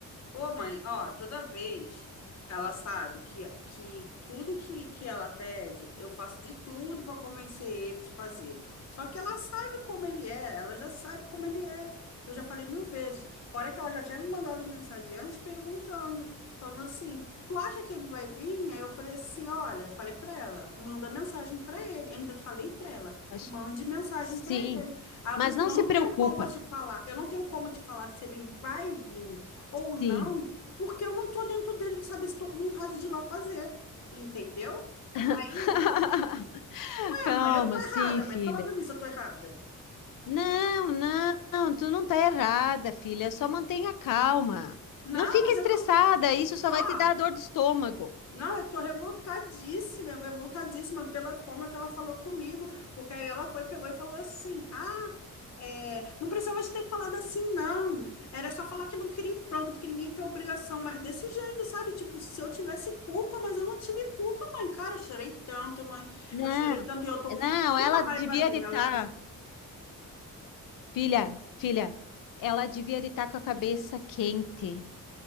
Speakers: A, on the left; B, on the left.
A: Ô, mãe, ó, toda vez ela sabe que, que tudo que, que ela pede, eu faço de tudo para convencer ele de fazer. Só que ela sabe como ele é, ela já sabe como ele é. Eu já falei mil vezes. Fora que ela já tinha me mandado mensagem antes perguntando, falando assim: tu acha que ele vai vir? Aí eu falei assim: olha, eu falei para ela, manda mensagem para ele. Ainda falei para ela,
B: Acho-
A: mande mensagem
B: Sim,
A: para ele. Aí eu
B: mas
A: falei assim:
B: não
A: eu
B: se
A: não
B: preocupa.
A: tenho como te falar, eu não tenho como te falar se ele vai vir ou não,
B: Sim.
A: porque eu não tô dentro dele de saber se tô com vontade de ir lá fazer, entendeu? Aí,
B: <laughs> Calma,
A: ué, mãe, eu tô errada,
B: sim, filha.
A: mãe, fala pra mim se eu tô errada.
B: Não, não, tu não tá errada, filha. Só mantenha calma.
A: Não,
B: Não fica
A: mas
B: estressada,
A: eu tô,
B: isso só vai
A: ó,
B: te dar dor de estômago.
A: Não, eu tô revoltadíssima, eu revoltadíssima pela forma que ela falou comigo, porque aí ela foi, pegou e falou assim, ah, é, não precisava de ter falado assim, não, era só falar que não queria ir pronto, porque ninguém tem obrigação, mas desse jeito, sabe, tipo, se eu tivesse culpa, mas eu não tive culpa, mãe, cara, eu chorei tanto, mãe,
B: Não,
A: eu chorei tanto e eu tô com
B: não,
A: tanta
B: ela
A: raiva
B: devia
A: dela.
B: de estar. Filha, filha, ela devia estar com a cabeça quente.